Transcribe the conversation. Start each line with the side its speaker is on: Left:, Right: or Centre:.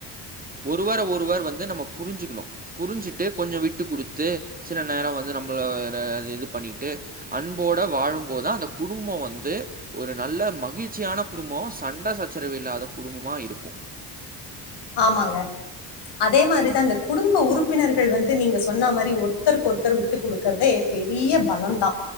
Right: ஒருவரை ஒருவர் வந்து நம்ம புரிஞ்சுிக்கணும் புரிஞ்சிட்டு கொஞ்சம் விட்டு கொடுத்து சில நேரம் வந்து நம்மளைது இது பண்ணிவிட்டு அன்போடு வாழும்போதா அந்த குடும்பம் வந்து ஒரு நல்ல மகிழ்ச்சியான குடும்பம் சண்ட சச்சரவு இல்லாத குடும்பமாக இருக்கும்
Left: ஆமாங்க அதே மாதிரிதா இந்த குடும்ப உறுப்பினர்கள் வந்து நீங்க சொன்ன மாதிரி ஒருத்தருக்கு ஒருத்தர் விட்டு கொடுக்கறதே பெரிய பலம் தா